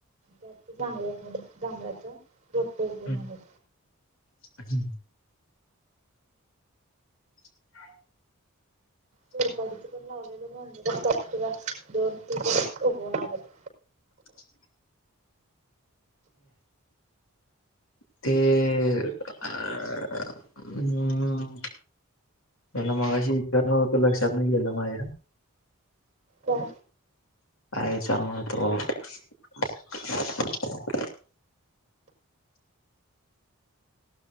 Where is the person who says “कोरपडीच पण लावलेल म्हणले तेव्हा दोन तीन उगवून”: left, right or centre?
Right